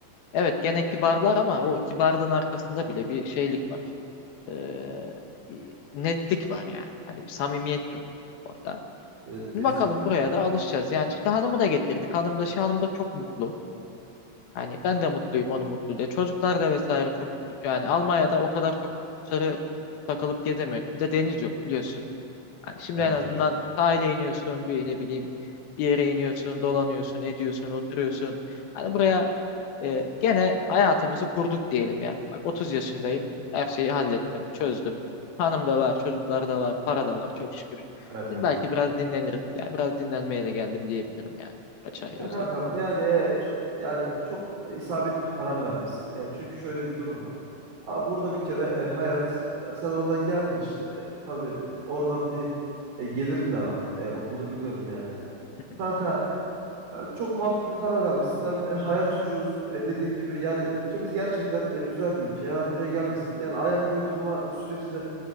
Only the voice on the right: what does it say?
E,
Kesinlikle.
Evet
evet.
Evet
evet.
Ya kankam yani e, çok yani çok e, isabetli bir karar vermişsin. E, çünkü şöyle bir durum var. Aa, burada bir kere e, hayat ya sen oradan geldiğin için e, tabii oradan bir e, gelirin de var. E, o, bunu biliyorum yani.
Kanka Ya çok mantıklı bir karar vermişsin. Hem e, hayat ucuz e, dediğin gibi yani ülkemiz gerçekten e, güzel bir ülke. Yani buraya gelmişsin. Yani ayak uydurma süreci de